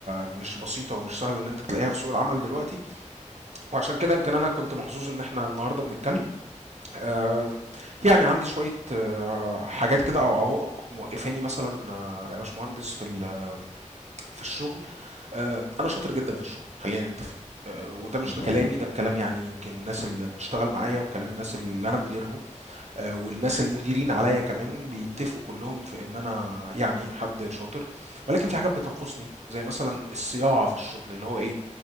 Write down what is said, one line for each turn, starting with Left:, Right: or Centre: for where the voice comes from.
Right: مش بسيطة ومش سهلة إن أنت تلاقيها في سوق العمل دلوقتي وعشان كده يمكن أنا كنت محظوظ إن إحنا النهاردة بنتكلم آم، يعني عندي شوية آه، حاجات كده أو عوائق موقفاني مثلا آه، يا باشمهندس في ال في الشغل آه، انا شاطر جدا في الشغل خلينا نتفق آه، وده مش
Left: ما شاء
Right: بكلامي
Left: الله
Right: ده بكلام يعني يمكن الناس اللي بتشتغل معايا وبكلام الناس اللي انا مديرهم آه، والناس المديرين عليا كمان بيتفقوا كلهم في ان انا يعني حد شاطر ولكن في حاجات بتنقصني زي مثلا الصياعه في الشغل اللي هو ايه